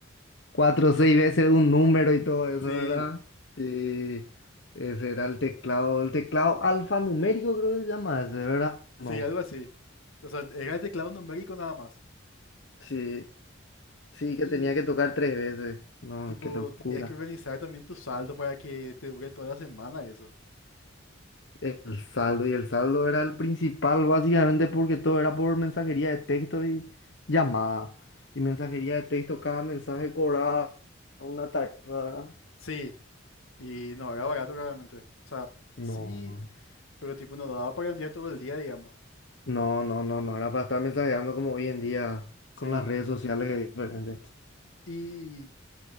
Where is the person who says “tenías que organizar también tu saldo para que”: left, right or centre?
Left